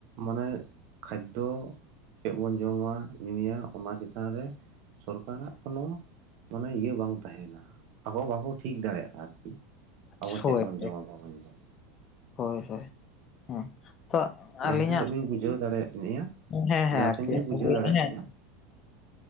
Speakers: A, on the right; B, on the left.
A: ᱢᱟᱱᱮ ᱠᱷᱟᱫᱽᱫᱚ ᱪᱮᱫ ᱵᱚᱱ ᱡᱚᱢᱟ ᱧᱩᱭᱟ᱾ ᱚᱱᱟ ᱪᱮᱛᱟᱱ ᱨᱮ ᱥᱚᱨᱠᱟᱨᱟᱜ ᱠᱚᱱᱚ ᱢᱟᱱᱮ ᱤᱭᱟᱹ ᱵᱟᱝ ᱛᱟᱦᱮᱱᱟ᱾ ᱟᱠᱚ ᱵᱟᱠᱚ ᱴᱷᱤᱠ ᱫᱟᱲᱮᱭᱟᱜᱼᱟ ᱟᱨᱠᱤ
B: ᱟᱪᱪᱷᱟ
A: ᱟᱵᱚ
B: ᱦᱳᱭ
A: ᱪᱮᱫ ᱵᱚᱱ
B: ᱦᱳᱭ
A: ᱡᱚᱢᱟ ᱵᱟᱵᱚᱱ ᱡᱚᱢᱟ᱾
B: ᱦᱳᱭ ᱦᱳᱭ, ᱦᱮᱸ᱾ ᱛᱚ,
A: ᱡᱟᱦᱟᱸ
B: ᱟᱹᱞᱤᱧᱟᱜ
A: ᱛᱤᱱᱟᱹᱜ ᱵᱤᱱ ᱵᱩᱡᱷᱟᱹᱣ ᱫᱟᱲᱮᱭᱟᱜ ᱞᱤᱧᱟᱹ
B: ᱦᱮᱸ ᱦᱮᱸ
A: ᱡᱟᱦᱟᱸ
B: ᱟᱨᱠᱤ,
A: ᱛᱤᱱᱟᱹᱜ
B: ᱦᱮᱸ᱾
A: ᱤᱧ ᱵᱩᱡᱷᱟᱹᱣ ᱫᱟᱲᱮᱭᱟᱜ
B: ᱦᱮᱸ᱾
A: ᱞᱤᱧᱟᱹ